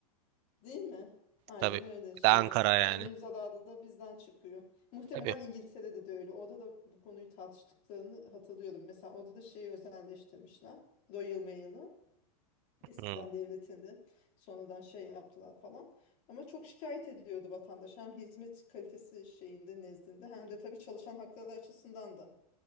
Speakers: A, on the left; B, on the right.
A: Değil mi? Aynen
B: Tabii.
A: öyle şey.
B: Bir de Ankara yani.
A: Onun zararı da bizden çıkıyor. Muhtemelen
B: Tabii.
A: İngiltere'de de öyle. Orada da bu konuyu tartıştıklarını hatırlıyorum. Mesela orada da şeyi özelleştirmişler. Royal Mail'ı. Eskiden
B: Hı.
A: devletinde. Sonradan şey yaptılar falan. Ama çok şikayet ediyordu vatandaş. Hem hizmet kalitesi şeyinde nezdinde hem de tabii çalışan hakları açısından da.